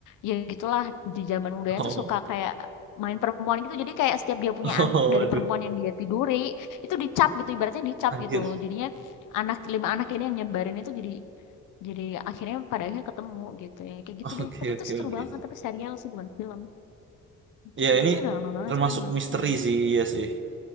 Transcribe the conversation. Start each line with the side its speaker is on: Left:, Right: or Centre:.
Left: ya gitulah di zaman mudanya
Right: Oh.
Left: tuh suka kayak main perempuan gitu. Jadi kayak setiap dia punya
Right: Oh,
Left: anak dari
Right: aduh,
Left: perempuan yang dia tiduri itu dicap gitu ibaratnya dicap
Right: anjir.
Left: gitu. Jadinya anak lima anak ini yang nyebarin itu jadi jadi akhirnya pada akhirnya ketemu gitu ya, kayak gitu
Right: Oke,
Left: deh. Tapi
Right: oke,
Left: itu seru
Right: oke.
Left: banget, tapi serial sih bukan film, itu
Right: Ya,
Left: sih.
Right: ini
Left: Tapi udah lama banget
Right: termasuk
Left: sih aku nggak
Right: misteri
Left: mhm.
Right: sih, iya sih.